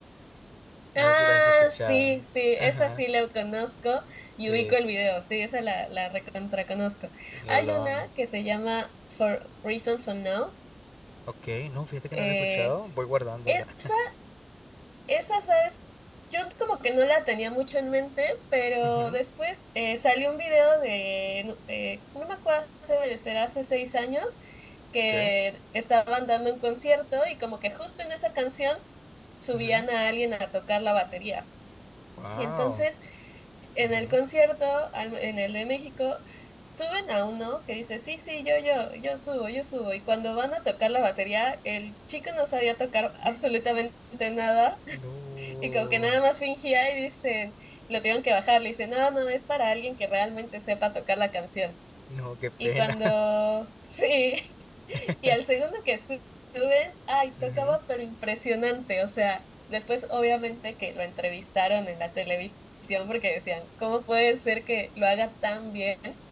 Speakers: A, in the centre; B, on the left.
A: Ah,
B: No sé si la has escuchado.
A: sí, sí,
B: Ajá,
A: esa sí la conozco y
B: sí,
A: ubico el video, sí, esa la, la recontra conozco.
B: Rolón.
A: Hay una que se llama For Reasons Unknown.
B: Ok, no, fíjate que
A: eh,
B: no la he escuchado, voy guardándola.
A: esa
B: <laughs>
A: Esa, ¿sabes? Yo como que no la tenía mucho en mente, pero
B: Ujú,
A: después
B: ujú,
A: eh, salió un video de, eh, no me acuerdo, hace, será hace seis años, que
B: ¿Qué?
A: estaban dando un concierto y como que justo en esa canción subían
B: Ujú,
A: a alguien a tocar la batería.
B: Wow.
A: Y entonces en
B: ujú.
A: el concierto, al- en el de México, suben a uno que dice, sí, sí, yo, yo, yo subo, yo subo. Y cuando van a tocar la batería, el chico no sabía tocar
B: <gasps>
A: absolutamente nada
B: No,
A: y como que nada más fingía y dicen, lo tuvieron que bajar, le dicen, no, no, es para alguien que realmente sepa tocar la canción.
B: no, qué pena.
A: Y cuando, sí, <laughs>
B: <laughs>
A: y al segundo que su- suben, ay,
B: Ujú,
A: tocaba, pero impresionante. O sea, después obviamente que lo entrevistaron en la televisión porque decían, ¿cómo puede ser que lo haga tan bien?